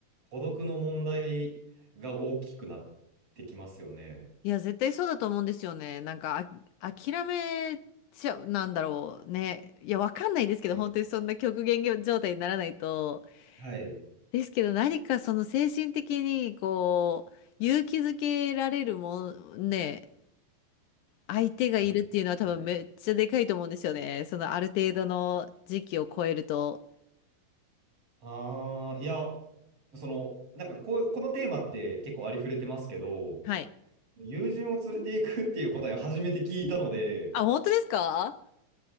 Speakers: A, on the right; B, on the left.
A: 孤独の問題が大きくなってきますよね。
B: いや、絶対そうだと思うんですよね。なんか、あ、諦めちゃう、なんだろうね。いや、わかんないですけど、
A: え
B: 本当にそんな極限状態にならないと。
A: はい。
B: ですけど、何かその精神的に、こう、勇気づけられるもん、ね、相手がいるっていうのは多分めっちゃでかいと思うんですよね。
A: はい。はい
B: そのある程度の時期を超えると。
A: ああ、いや、その、なんかこう、このテーマって結構ありふれてますけど、
B: はい。
A: 友人を連れていくっていう答えを初めて聞いたので、
B: あ、本当ですか